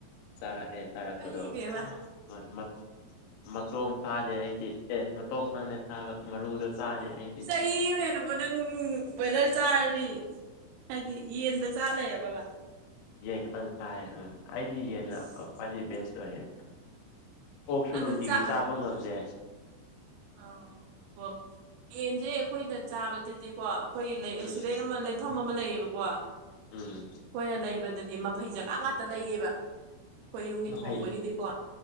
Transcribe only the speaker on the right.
ꯃꯩ ꯏꯕꯦꯝꯃ
<unintelligible> ꯅꯪ ꯕꯣꯏꯂꯔ ꯆꯥꯔꯗꯤ ꯍꯥꯏꯗꯤ ꯌꯦꯟꯗ ꯆꯥ ꯂꯩꯔꯕꯕꯥ
ꯏꯁ
ꯑꯗꯨ
ꯆꯥꯛ
ꯑꯥ ꯍꯣ ꯌꯦꯟꯁꯦ ꯑꯩꯈꯣꯏꯅ ꯆꯥꯕꯗꯨꯗꯤꯀꯣ ꯑꯩꯈꯣꯏ ꯂꯩ
ꯑꯥ ꯁꯤꯗꯩ ꯑꯃ ꯂꯩ ꯃꯐꯝ ꯑꯃ ꯂꯩꯌꯦꯕꯀꯣ
ꯈꯣꯏꯅ ꯂꯩꯕꯗꯗꯤ ꯃꯐꯩ ꯖꯒꯥ ꯉꯥꯛꯇ ꯂꯩꯌꯦꯕ ꯈꯣꯏ ꯌꯨꯝꯒꯤ
ꯊꯣꯡꯕꯒꯤꯗꯤꯀꯣ